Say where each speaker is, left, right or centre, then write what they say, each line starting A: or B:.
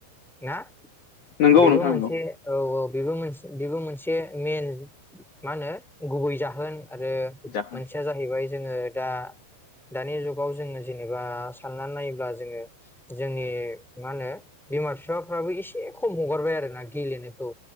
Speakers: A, in the centre; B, on the left (about 45°).
A: ना?
B: नंगौ
A: बेबो
B: नोंथां
A: मोनसे
B: नंगौ
A: औ औ बेबो मोनस बेबो मोनसे मेन मा होनो गुबै जाहोन आरो
B: जाखां
A: मोनसेया जाहैबाय जोङो दा दानि जुगाव जोङो जेनेबा साननानै नायो ब्ला जोङो जोंनि मा होनो बिमा बिफाफ्राबो एसे खम हगारबाय आरोना गेलेनायखौ